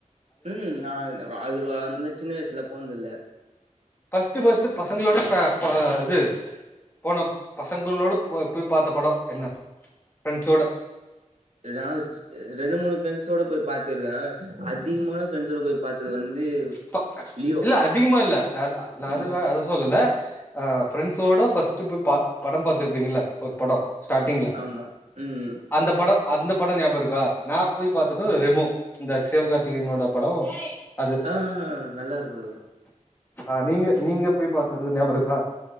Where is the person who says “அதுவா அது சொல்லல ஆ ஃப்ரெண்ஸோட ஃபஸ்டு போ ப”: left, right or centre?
Left